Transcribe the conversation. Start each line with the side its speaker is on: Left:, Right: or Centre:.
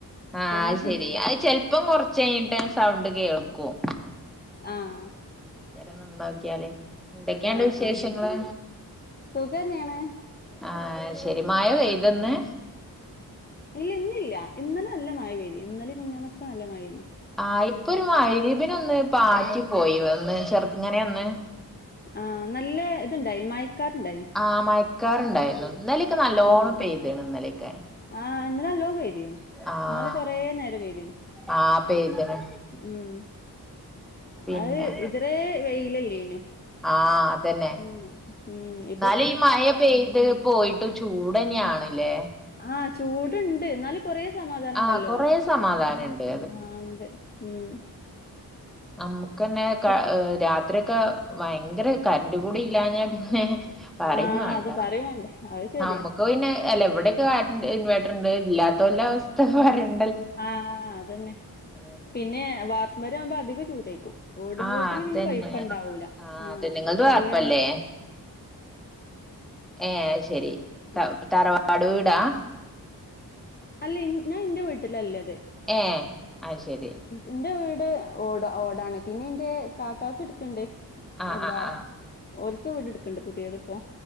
Centre: ആഹ
Left: ഒന്ന്
Centre: അത് ശെരി
Left: കേ
Centre: അത് ചെിലപ്പം കൊറച്ച കഴിഞ്ഞിട്ട്െ സൗണ്ട് കേൾക്കും
Left: ആഹ്
Centre: ശരന്ന നോക്കിയാലേ എന്തൊക്കെയാണ്ട്
Left: ആഹ്
Centre: വിശേഷങ്ങള്
Left: ആഹ് സുഖന്നെയാണ്
Centre: ആ ശരിമായ വ ഇതെന്ന്
Left: ഇല്ല ഇന്നില്ല ഇന്നലെ നല്ല മഴ പെയ്തി ഇലെ മെഞ്ഞിനാന്നൊക്കെ നല്ല മഴനു
Centre: ആഹ് ഇപ്പൊ ഒരമയിരിബിന് ഒന്ന് പാറ്റി
Left: ആഹ്
Centre: പോയി വന്ന് ചെർങ്ങനെ ഒന്ന്
Left: ആ നല്ല ഇതുണ്ടായി മയക്കാറണ്ടായി
Centre: ആഹ് മയക്കാറണ്ടായിരുന്നു ഇന്നലെയൊക്കെ നല്ല ലോണ് പേ ചെയ്തേണ് ഇന്നലെയൊക്കെ
Left: ആഹ ഇന്നലെ നല്ലോം പെയതിം
Centre: ആഹ്
Left: എന്നാല കൊറ നേരം വെയതിം
Centre: ആഹ് പെയ്ത്ണ്
Left: ഉം
Centre: പിന്നെ
Left: അത് ഇതേ വെയിലല്ലേഞ്ഞു
Centre: ആഹ അതന്നെ
Left: ഉ ഉ
Centre: എന്നാല ഈ മഴ പെയ്ത് പോയിട്ട് ചൂടന്നെയാണല്ലേ
Left: ആഹ് ചൂടുണ്ട് എന്നാല് കൊറേ സമാധാനം
Centre: ആഹ്
Left: ഉണ്ടല്ലോ
Centre: കൊറേ സമാധാനണ്ട്
Left: ആഹ് ആ ഉണ്ട് ഉം
Centre: നമുക്ക്ന്നെ
Left: പി
Centre: രാത്രി ക്കെ ഭയങ്കര കറന്റ് കൂടി ഇല്ലാ ഞ്ഞപിന്നെ പറയുംവണ്ട
Left: ആഹ് അത് പറയും വേണ്ട അത് ശരിയാ
Centre: ആ ഇപ്പൊ പിന്നെ അല്ല ഇവിടയൊക്കെ വ ഇൻവേർട്ടർ ഉണ്ട് ഇല്ലാത്തെല്ല അവസ്ഥപറയണ്ട
Left: ആഹ അതന്നെ
Centre: അതന്നെ
Left: പിന്നെ വാർപ്പ് െപര ആവുമ്പോ അധികം ചൂടേക്കും ഓടും
Centre: ആഹ്
Left: വീട്ടില്
Centre: അതന്നെ
Left: പിന്നെ കൊയപ്പുണ്ടാവൂല
Centre: ആഹ്
Left: ആഹ
Centre: അതന്നെ നിങ്ങൾത്
Left: വല്ല
Centre: വാർപ്പല്ലേ ഏ ശരി
Left: ആഹ്
Centre: തറവാട് വീടാ
Left: അല്ല ഞാൻ എന്റെ വീട്ടിലല്ലേ അത്
Centre: ഏ അയ് ശരി
Left: എന്റെ വീട് ഓട ഓടാണ് പിന്നെ എന്റെ കാക്കക്ക്െ എടുക്കണ്ട്
Centre: ആഹ്
Left: എന്താ
Centre: ആഹ് ആഹ്
Left: ഒരിക്ക വീട് എടുക്കണ്ട് പുതിയത് ഇപ്പോൊ